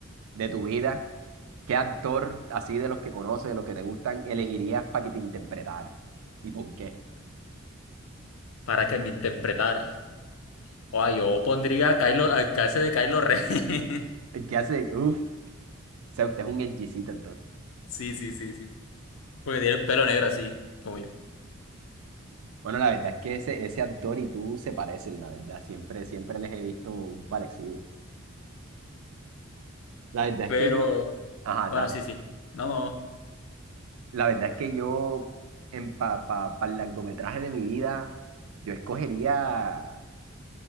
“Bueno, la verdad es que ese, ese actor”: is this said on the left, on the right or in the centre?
Right